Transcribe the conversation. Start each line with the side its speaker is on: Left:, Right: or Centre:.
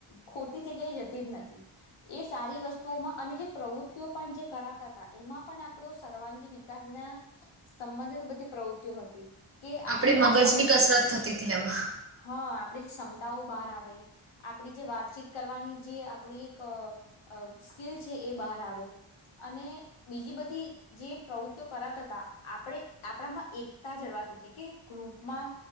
Left: ખોટી જગ્યાએ જતી જ નથી એ સારી વસ્તુઓમાં અને જે પ્રવૃતિઓ પણ જે કરાતા હતા એમાં પણ આપણો સર્વાંગી વિકાસ ના સંબંધિત બધી પ્રવૃત્તિઓ હતી. કે
Right: આપણી
Left: આપડી
Right: મગજની
Left: જે છે આપડી
Right: કસરત
Left: બધી <unintelligible>
Right: થતી હતી એમાં
Left: હા આપણી જે ક્ષમતાઓ બહાર આવે, આપણી જે વાતચીત કરવાની જે આપણી એક અ અ સ્કીિલ છે એ બહાર આવે. અને બીજી બધી જે પ્રવૃત્તિઓ કરાવતા હતા આપણે આપણામાં એકતા જળવાતી હતી. કે ગ્રુપમાં